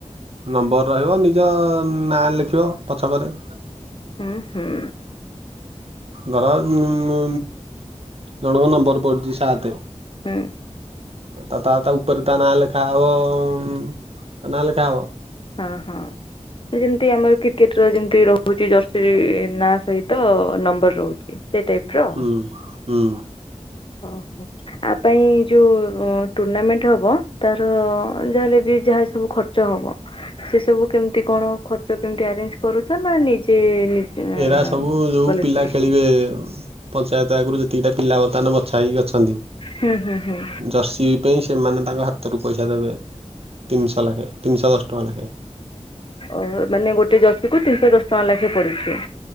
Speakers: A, on the right; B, on the left.
A: ନମ୍ବର ରହିବ ନିଜ ନାଁ ଲେଖିବ ପଛକରେ।
B: ହୁଁ ହୁଁ।
A: ଧର ଉଁ ଜଣଙ୍କ ନମ୍ବର ପଡୁଚି ସାତେ।
B: ହୁଁ
A: ତା ତା ତା ଉପରେ ତା ନା ଲେଖା ହବ ଉଁ ନା ଲେଖା ହବ।
B: ହୁଁ, ହଁ। ଏଇ ଯେମିତି ଆମର କ୍ରିକେଟର ଯେମିତି ରୋହୁଛି ଜର୍ସି ନା ସହିତ ନମ୍ବର ରୋହୁଛି। ସେଇ ଟାଇପର ଆଉ
A: ହୁଁ ହୁଁ
B: ଅଃ। ଆ ପାଇଁ ଯୋଉ ଟୁର୍ଣାମେଣ୍ଟ ହବ ତାର ଯାହାହେଲେ ବି ଯାହା ସବୁ ଖର୍ ର୍ଚ୍ଚ ହବ ସେ ସବୁ କେମିତି କଣ ଖର୍ଚ୍ଚ କେମିତି ଆରେଞ୍ଜ କରୁଚ ନା ନିଜେ। <unintelligible>
A: ରା ସବୁ ଯୋଉ
B: କଲେକ୍ଟ
A: ପିଲା
B: କରୁଛ
A: ଖେଳିବେ <unintelligible> ପଞ୍ଚାୟତ ଆଗୁରୁ ଯେତିକିଟା ପିଲା ବର୍ତ୍ତମାନ ବଛା ହେଇକି ଅଛନ୍ତି
B: ହୁଁ ହୁଁ ହୁଁ
A: ଜର୍ସି ପାଇଁ ସେମାନେ ତାଙ୍କ ହାତରୁ ପଇସା ଦେବେ ତିନିଶହ ଲାଖେ ତିନିଶହ ଦଶ ଟଙ୍କା ଲାଖେ।
B: ଓହୋ ମାନେ ଗୋଟେ ଜର୍ସିିକୁୁ ତିନିଶହ ଦଶ ଟଙ୍କା ଲାଖେ ପଡୁଛି।